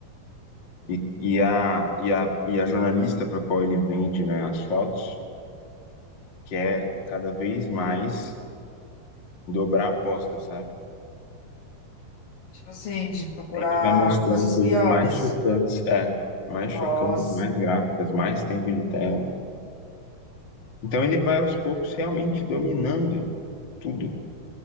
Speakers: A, on the left; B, on the left.
A: e, e a e a e a jornalista para qual ele vende, né, as fotos, quer cada vez mais dobrar a aposta, sabe?
B: Tipo assim, de procurar
A: Sempre vai mostrando
B: coisas
A: coisas
B: piores.
A: mais chocantes, é, mais chocantes,
B: Nossa.
A: mais gráficas, mais tempo de tela. Então ele vai aos poucos realmente dominando tudo.